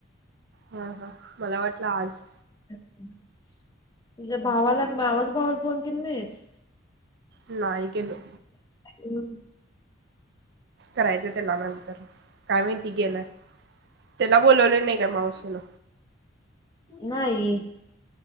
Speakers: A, on the right (about 55°); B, on the left (about 20°).
A: हा हा मला वाटलं आज
B: तुझ्या भावाला मावाच भावाला बोन केली नाहीस
A: नाहीय गेलो
B: हम्
A: करायचं त्याला नंतर काय माहिती गेलं त्याला बोोलवले नाही का मावशीनं
B: नाही